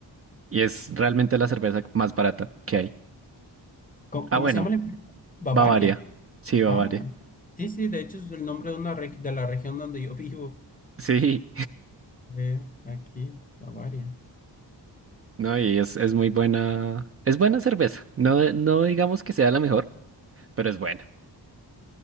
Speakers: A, on the right; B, on the left.
A: Y es realmente la cerveza más barata que hay.
B: ¿Cómo,
A: Ah,
B: cómo
A: bueno,
B: se llama la empresa? Bavaria.
A: Bavaria. Sí, Bavaria.
B: Ah, Sí, sí, de hecho es el nombre de una reg- de la región donde yo <laughs> vivo,
A: Sí,
B: eh, aquí, Bavaria.
A: <laughs> no, y es, es muy buena. Es buena cerveza. No, no digamos que sea la mejor, pero es buena.